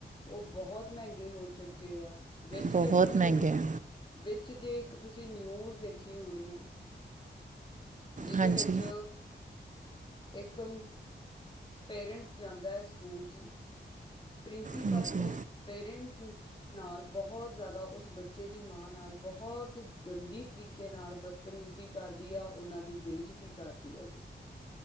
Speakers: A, on the left (about 25°); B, on the right (about 40°).
A: ਉਹ ਬਹੁਤ ਮਹਿੰਗੇ ਹੋ ਚੁੱਕੇ ਆ ਵਿੱਚ
B: ਬਹੁਤ
A: ਜੇ ਤੁਸੀਂ
B: ਮਹਿੰਗੇ
A: ਇੱਕ
B: ਹੈ
A: ਵਿੱਚ ਜੇ ਇੱਕ ਤੁਸੀਂ ਨਿਊਜ਼ ਦੇਖੀ ਹੋਣੀ ਆ ਜਿਦੇ
B: ਹਾਂਜੀ
A: ਵਿੱਚ ਇੱਕ ਪੇਰੈਂਟਸ ਜਾਂਦਾ ਹੈ ਸਕੂਲ ਜੀ, ਪ੍ਰਿੰਸੀਪਲ
B: ਹਾਂਜੀ
A: ਉਸ ਪੇਰੈਂਟ ਨੂੰ ਨਾਲ ਬਹੁਤ ਜ਼ਿਆਦਾ, ਉਸ ਬੱਚੇ ਦੀ ਮਾਂ ਨਾਲ ਬਹੁਤ ਗੰਦੀ ਤਰੀਕੇ ਨਾਲ ਬਤ ਮੀਜ਼ੀ ਕਰਦੀ ਆ ਉਹਨਾਂ ਦੀ ਬੇਇਜ਼ਤੀ ਕਰਦੀ ਆ ਜੀ।